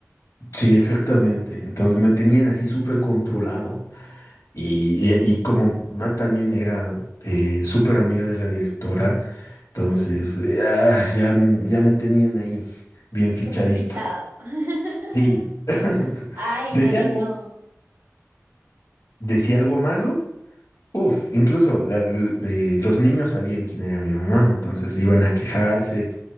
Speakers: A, on the left (about 80°); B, on the right (about 80°).
A: sí, exactamente. Entonces me tenían así súper controlado. Y,
B: Mm,
A: y- y como mi mamá también era eh, súper amiga de la directora, entonces
B: sí.
A: eh, ah, ya, m- ya me tenían ahí bien fichadito.
B: Súper fichado. <laughs>
A: Sí, <laughs>
B: Ay,
A: decía
B: no, no,
A: algo,
B: no.
A: decía algo malo. Uf, incluso la- l- eh, los niños sabían quién era mi mamá, entonces iban a quejarse